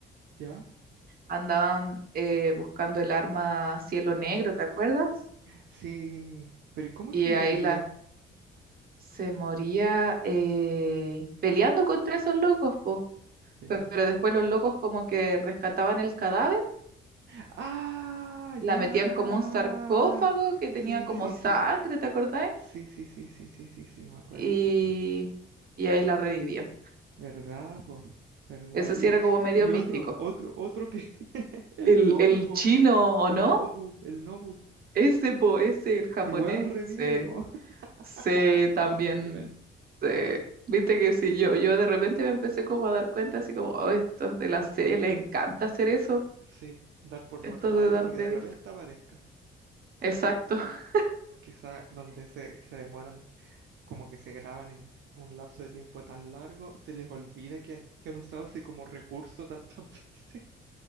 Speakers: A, on the right; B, on the right.
A: ¿Ya?
B: andaban eh, buscando el arma Cielo Negro, ¿te acuerdas?
A: Sí. Pero ¿y cómo
B: Y
A: es que
B: ahí
A: moría?
B: la... Se moría eh, peleando contra esos locos, po.
A: Pelean.
B: Pe- Pero después los locos como que rescataban el cadáver,
A: ¡Ah!
B: la
A: ¡Ya!
B: metían como un sarcófago que
A: Sí,
B: tenía como
A: sí,
B: sangre,
A: sí.
B: ¿te acordáis?
A: Sí, sí, sí, sí, sí, sí, sí, me acuerdo,
B: Y,
A: sí, me acuerdo.
B: y ahí la revivían.
A: ¿Verdad, po? ¿Verdad?
B: Eso
A: Y,
B: sí era como medio
A: y
B: místico.
A: otro, otro, otro que. <laughs> El
B: El,
A: Nobu,
B: el
A: po.
B: chino, ¿o
A: El
B: no?
A: Nobu, el Nobu.
B: Ese, po, ese, el japonés,
A: Igual revive,
B: se,
A: po. <laughs>
B: se
A: Todos
B: también,
A: viven.
B: se- viste que sí, yo, yo de repente me empecé como a dar cuenta, así como, oh, estos de la serie les encanta hacer eso,
A: Sí, dar por
B: estos
A: muerto
B: de
A: a alguien
B: Daredevil.
A: y que de repente aparezca.
B: Exacto, <laughs>
A: Quizá donde se, se demoran, como que se graban en un lapso de tiempo tan largo, se les olvida que han, que han usado ese como recurso tantas <laughs> veces.